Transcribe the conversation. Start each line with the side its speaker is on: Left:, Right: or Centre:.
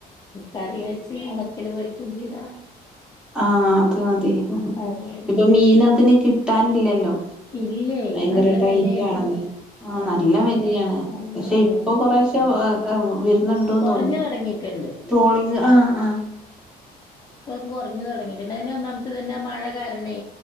Left: കറി വെച്ച് ഉണക്കല് പൊരിക്കും ചെയ്താ
Centre: ആഹ് അത് മതി
Left: അത് കഴിയും.
Centre: ഇപ്പൊ മീൻ അതിന് കിട്ടാനില്ലല്ലോ
Left: ഇല്ലേ
Centre: ഭയങ്കര
Left: നല്ല
Centre: ടൈറ്റ്
Left: വെലയാണ്.
Centre: ആണ് അത് ആ
Left: ആഹ്
Centre: നല്ല വലിയാണ്
Left: നല്ല
Centre: പക്ഷെ
Left: വെലയാണ്.
Centre: ഇപ്പ കൊറേശെ ആ വ് വെര്ന്ന് ഇണ്ട്ന്ന്
Left: കൊറഞ്ഞു
Centre: തോന്നി
Left: തൊടങ്ങിയിട്ടുണ്ട്.
Centre: ട്രോളിങ് ആ ആ
Left: ഇപ്പ കൊർഞ്ഞു തൊടങ്ങിട്ട് ഇണ്ട് അയിന് ഒന്നാമത്തെ ഇതെന്നെ മഴ കാരണേ